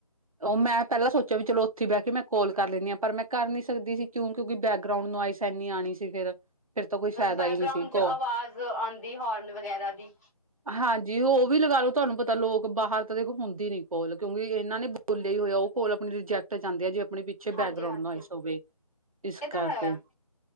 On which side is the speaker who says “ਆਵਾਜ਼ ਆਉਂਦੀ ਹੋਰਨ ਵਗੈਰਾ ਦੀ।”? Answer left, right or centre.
Left